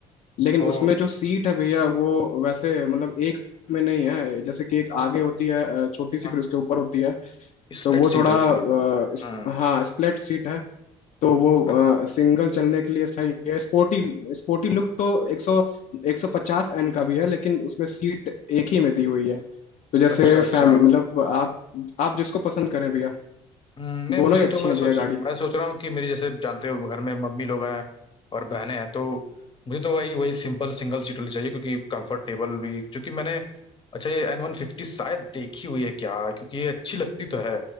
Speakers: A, on the left; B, on the left.
A: लेकिन
B: ओ
A: उसमें जो सीट है भैया वो वैसे मतलब एक में नहीं है जैसे कि एक आगे होती है अ, छोटी सी
B: हाँ,
A: फिर उसके ऊपर होती है
B: स्प्लिट
A: तो वो
B: सीट
A: थोड़ा
B: है उसमें
A: अ,
B: हम्म
A: इस, हाँ स्प्लिट सीट है तो वो
B: अ-
A: आ, सिंगल चलने के लिए सही है स्पोर्टी स्पोर्टी लुक तो 100 150 एन का भी है लेकिन उसमें सीट एक ही में दी हुई है तो जैसे
B: अच्छा अच्छा
A: फैम मतलब आप आप जिसको पसंद करें भैया
B: हम्म, नहीं
A: दोनों
B: मुझे
A: ही
B: तो
A: अच्छी
B: मैं
A: हैं
B: सोच
A: भैया गाड़ी
B: मैं सोच रहा हूँ कि मेरी जैसे जानते हो घर में मम्मी लोग हैं और बहनें हैं तो मुझे तो वही वही सिंपल सिंगल सीट वाली चाहिए क्योंकि कंफर्टेबल भी क्योंकि मैंने अच्छा ये एन वन फिफ्टी शायद देखी हुई है क्या क्योंकि ये अच्छी लगती तो है